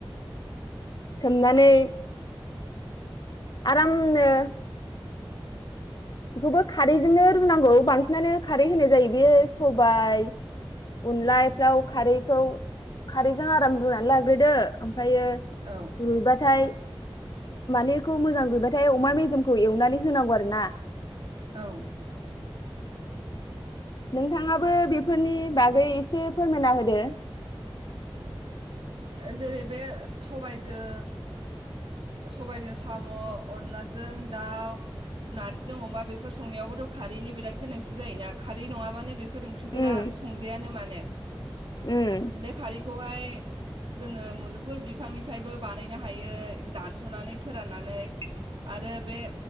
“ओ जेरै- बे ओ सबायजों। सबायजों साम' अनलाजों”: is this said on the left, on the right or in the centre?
Right